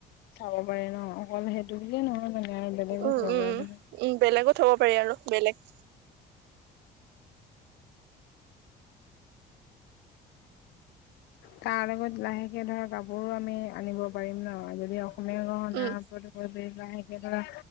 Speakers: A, on the left; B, on the right.
A: চাব পাৰে ন অকল সেইটো বুলিয়ে নহয় মানে আৰু বেলেগো
B: উম
A: থব
B: -উম
A: পাৰে তুমি।
B: -উম বেলেগত থব পাৰি আৰু বেলেগ
A: তাৰ লগত লাহেকে ধৰ কাপোৰো আমি আনিব পাৰিম ন যদি কনে গহনা
B: উম
A: বা সেইে ধৰা